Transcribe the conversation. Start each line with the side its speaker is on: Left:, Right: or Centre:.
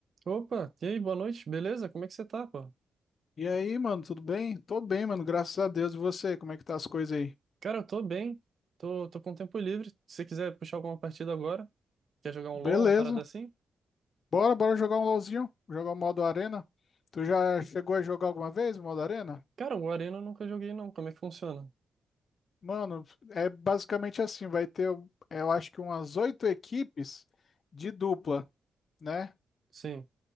Right: Opa, e aí, boa noite, beleza? Como é que você tá, pô?
Left: E aí, mano, tudo bem? Tô bem, mano, graças a Deus. E você, como é que tá as coisas aí?
Right: Cara, eu tô bem, tô, tô com tempo livre. Se você quiser puxar alguma partida agora, quer jogar
Left: Beleza.
Right: um LoL, uma parada assim?
Left: Bora, bora jogar um LOLzinho, jogar o modo Arena. Tu já chegou a jogar alguma vez o modo Arena?
Right: Cara, o Arena eu nunca joguei não, como é que funciona?
Left: Mano, é basicamente assim, vai ter, eu acho que umas oito equipes de dupla, né?
Right: Sim,